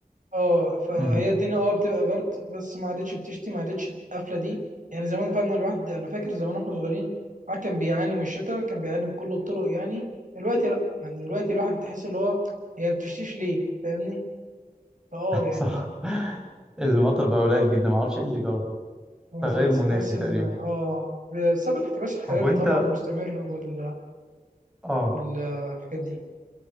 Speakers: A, on the right; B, in the centre.
A: اه فهي
B: امم
A: الدنيا اه بتبقى برد بس ما عادتش بتشتي ما عادتش القفله دي يعني زمان فعلا الواحد انا فاكر زمان واحنا صغيرين الواحد كان بيعاني من الشتاء كان بيعاني بكل الطرق يعني دلوقتي لا يعني دلوقتي الواحد تحس اللي هو هي ما بتشتيش ليه فاهمني اه
B: <laughs>
A: يعني
B: صح المطر بقى قليل جدا ما اعرفش ايه اللي جرى
A: بالظبط
B: تغير مناخي
A: تحس ان
B: تقريبا
A: اه بسبب الاحتباس الحراري
B: طب وانت
A: طبعا المستمر وال
B: اه
A: والحاجات دي